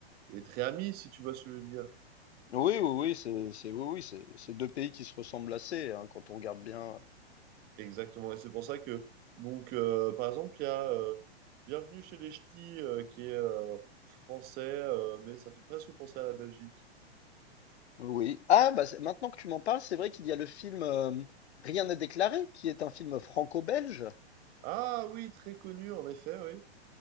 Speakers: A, on the right; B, on the left.
A: est très amies, si tu vois ce que je veux dire.
B: Oui, oui, oui, c'est, c'est, oui, oui, c'est c'est deux pays qui se ressemblent assez hein, quand on regarde bien.
A: Exactement. Et c'est pour ça que, donc, euh, par exemple, il y a euh, Bienvenue chez les Ch'tis, euh, qui est euh, français, euh, mais ça fait presque penser à la Belgique.
B: Oui. Ah, bah, c'est- maintenant que tu m'en parles, c'est vrai qu'il y a le film euh, Rien n'est déclaré, qui est un film franco-belge.
A: Ah oui, très connu, en effet, oui.